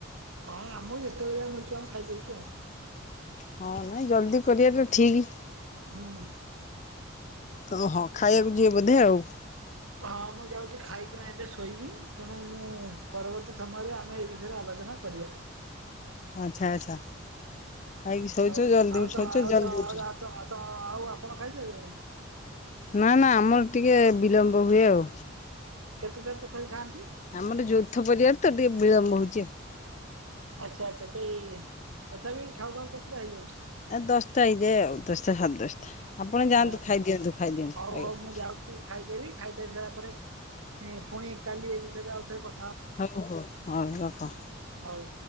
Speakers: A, on the right (about 80°); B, on the left (about 35°).
A: ହଁ ଆମକୁ ଯେତବେଳେ ମିଳୁଚି ଆମେ ଖାଇଦଉଚୁ ଆଉ।
B: ହଁ ନାଇଁ ଜଲ୍ଦି କରିବାଟା ଠିକ୍।
A: ହୁଁ।
B: ତ ହଁ ଖାଇବାକୁ ଯିବେ ବୋଧେ ଆଉ।
A: ହଁ ମୁଁ ଯାଉଚି ଖାଇକିନା ଏବେ ଶୋଇବି ତେଣୁ ମୁଁ ପରବର୍ତ୍ତୀ ସମୟରେ ଆମେ ଏଇ ବି ୟରେ ଆଲୋଚନା କରିବା।
B: ଆଚ୍ଛା ଆଚ୍ଛା ଖାଇକି ଶୋଉଚ
A: ହଉ
B: ଜଲଦି
A: ଆଉ
B: ଉଠଉଚ
A: ତ ଆଉ
B: ଜଲଦି
A: ତ
B: ଉଠୁଚ।
A: ଆଉ ତ ତ ଆଉ ଆପଣ ଖାଇ ସାଇଲେଣି?
B: ନା ନା ଆମର ଟିକେ ବିଳମ୍ବ ହୁଏ ଆଉ।
A: କେତେ ଥର ତଥାପି ଖାଆନ୍ତି?
B: ଆମର ଯୌଥ ପରିବାର ତ ଟିକେ ବିଳମ୍ବ ହଉଚି ଆଉ।
A: ଆଚ୍ଛା ଆଚ୍ଛା କେହି ତଥାପି ଖାଉ ଖାଉ କେତେଟା ହେଇଯାଉଛି?
B: ଆ ଦଶଟା ହେଇଯାଏ ଆଉ ଦଶଟା ସାଡେ ଦଶଟା ଆପଣ
A: ଆଚ୍ଛା
B: ଯାଆନ୍ତୁ ଖାଇଦିଅନ୍ତୁ ଖାଇଦିଅନ୍ତୁ
A: ହଉ
B: ଆଜ୍ଞା।
A: ହଉ ମୁଁ ଯାଉଛି ଖାଇଦେବି ଖାଇଦେଇସାରିଲା ପରେ ଏଁ ପୁଣି କାଲି ଏଇ ବିଷୟରେ ଆଉଥରେ କ
B: ହଉ ହଉ ହଉ ରଖ।
A: ହଉ।